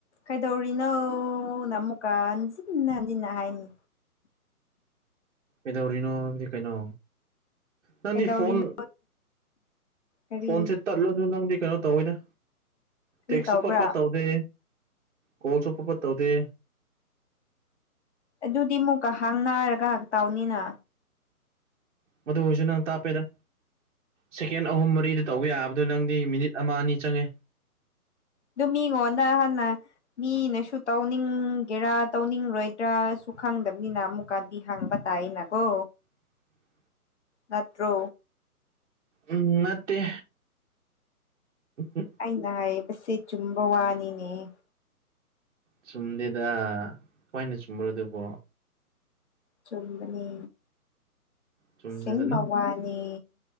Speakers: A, on the left; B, on the right.
A: ꯀꯩꯗꯧꯔꯤꯅꯣꯅ ꯑꯃꯨꯛ ꯀꯥꯁꯤꯅ ꯍꯟꯖꯤꯟ ꯍꯟꯖꯤꯟꯅ ꯍꯥꯏꯅꯤ
B: ꯑꯦꯗꯧꯔꯤꯅꯣ ꯍꯥꯏꯕꯗꯤ ꯀꯩꯅꯣ ꯅꯪꯗꯤ
A: ꯀꯩꯗꯧꯔꯤꯅꯣ
B: ꯐꯣꯟ
A: ꯀꯔꯤ
B: ꯐꯣꯟꯁꯦ ꯇꯠꯂꯁꯨ ꯅꯪꯗꯤ ꯀꯩꯅꯣ ꯇꯧꯋꯤꯗ
A: ꯀꯔꯤ
B: ꯇꯦꯛꯁꯁꯨ
A: ꯇꯧꯕ꯭ꯔꯥ
B: ꯐꯠ ꯐꯠ ꯇꯧꯗꯦ ꯀꯣꯜꯁꯨ ꯐꯠ ꯐꯠ ꯇꯧꯗꯦ
A: ꯑꯗꯨꯗꯤ ꯃꯨꯛꯀꯥ ꯍꯥꯡꯅꯔꯒꯥ ꯇꯥꯎꯅꯤꯅ
B: ꯃꯗꯨ ꯑꯣꯏꯁꯨ ꯅꯪ ꯇꯥꯞꯄꯦꯗ ꯁꯦꯀꯦꯟ ꯑꯍꯨꯝ ꯃꯔꯤꯗ ꯇꯧꯕ ꯌꯥꯕꯗꯣ ꯅꯪꯗꯤ ꯃꯤꯅꯤꯠ ꯑꯃ ꯑꯅꯤ ꯆꯪꯉꯦ
A: ꯑꯗꯨ ꯃꯤꯉꯣꯟꯗ ꯍꯥꯟꯅ ꯃꯤꯅꯁꯨ ꯇꯧꯅꯤꯡꯒꯦꯔꯥ ꯇꯧꯅꯤꯡꯔꯣꯏꯗ꯭ꯔꯥꯁꯨ ꯈꯪꯗꯕꯅꯤꯅ ꯑꯃꯨꯛꯀꯥ ꯍꯪꯕ ꯇꯥꯏꯅꯀꯣ
B: <inaudible>
A: ꯅꯠꯇ꯭ꯔꯣ
B: ꯎꯝ ꯅꯠꯇꯦ ꯎꯝ
A: ꯑꯩꯅ ꯍꯥꯏꯕꯁꯤ ꯆꯨꯝꯕ ꯋꯥꯅꯤꯅꯦ
B: ꯆꯨꯝꯗꯦꯗ ꯍꯣꯏꯅ ꯆꯨꯝꯕ꯭ꯔꯣ ꯑꯗꯨꯕꯣ
A: ꯆꯨꯝꯕꯅꯤ
B: ꯆꯨꯝꯗꯦꯗ
A: ꯁꯤꯡꯕ
B: ꯅꯪ
A: ꯋꯥꯅꯤ